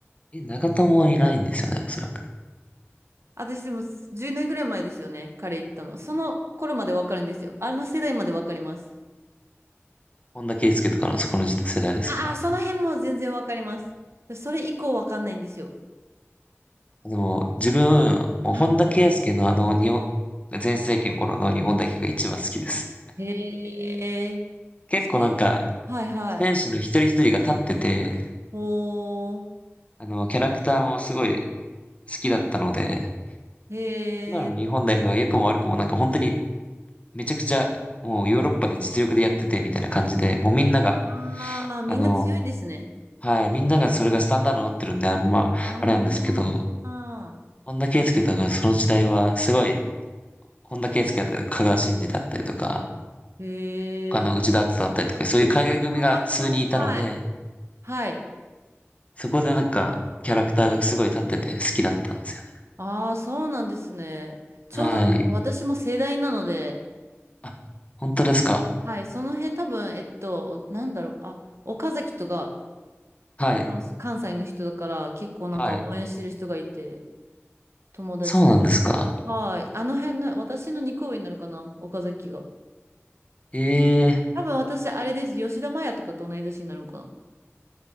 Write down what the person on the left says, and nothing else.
え、長友はいないんですよね、おそらく。
本田圭佑とかのそこの時世代ですか
でも、自分、もう本田圭佑のあの、
日本、全盛期の頃の日本代表が一番好きです。
結構なんか、
選手の一人一人が立ってて、
あの、キャラクターもすごい好きだったので、
今の日本代表は良くも悪くもなんか本当にめちゃくちゃ、もうヨーロッパで実力でやっててみたいな感じで、もうみんなが、
あの、はい、みんながそれがスタンダードになってるんで、あんま、
あれなんですけど、本田圭佑とかその時代はすごい、本田圭佑だったり、香川真司だったりとか、
他の内田篤人だったりとか、そういう海外組が数人いたので、
そこでなんか、キャラクターがすごい立ってて好きだったんですよね。
はい。あ、本当ですか。
はい。
はい。
そうなんですか。
ええ、